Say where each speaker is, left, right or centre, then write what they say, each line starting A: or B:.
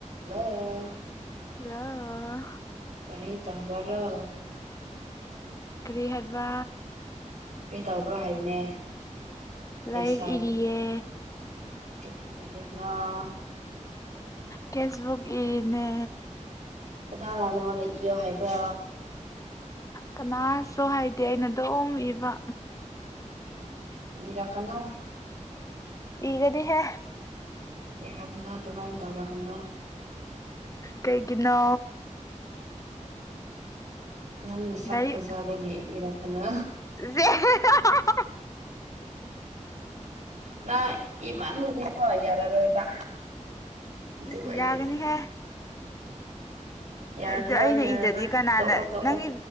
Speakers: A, on the right; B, on the left.
A: ꯍꯜꯂꯣ
B: ꯍꯜꯂꯣ
A: ꯀꯔꯤ ꯇꯧꯕꯔꯣ
B: ꯀꯔꯤ ꯍꯥꯏꯕ
A: ꯀꯩ ꯇꯧꯕ꯭ꯔꯣ ꯍꯥꯏꯕꯅꯦ ꯂꯩꯁꯥꯕꯤ
B: ꯂꯥꯏꯔꯤꯛ ꯏꯔꯤꯌꯦ
A: <unintelligible>
B: ꯀꯦꯁꯕꯨꯛ ꯏꯅꯦ
A: <unintelligible> ꯏꯌꯣ ꯍꯥꯏꯕ꯭ꯔꯥ
B: ꯀꯅꯥꯁꯨ ꯍꯥꯏꯗꯦ ꯑꯩꯅꯗꯨꯝ ꯏꯕ
A: ꯏꯔ ꯀꯅꯣ
B: ꯏꯒꯅꯤꯍꯦ
A: ꯌꯥꯔꯒꯅ ꯑꯗꯨꯃꯥꯏꯅ ꯇꯧꯔꯒꯅꯨ
B: ꯀꯩꯒꯤꯅꯣ
A: ꯅꯪꯅ ꯁꯛ
B: ꯂꯥꯏꯔꯤꯛ
A: ꯐꯖꯥꯕꯒꯤ ꯏꯔꯛꯀꯅꯣ
B: <unintelligible>
A: ꯅꯪ ꯏꯃꯟ ꯕꯒꯤ ꯍꯣꯏ ꯌꯥꯔꯔꯣꯏꯕ ꯑꯗꯨ
B: ꯏꯁ
A: ꯑꯣꯏꯕꯒꯤ
B: ꯌꯥꯒꯅꯤ ꯍꯦ
A: ꯌꯥꯔꯔꯣꯏ
B: ꯗ ꯑꯩꯅ
A: ꯌꯥꯔꯔꯣꯏ
B: ꯏꯗꯗꯤ ꯀꯅꯥꯅ
A: ꯇꯣꯛꯑꯣ ꯇꯣꯛꯑꯣ
B: ꯅꯪ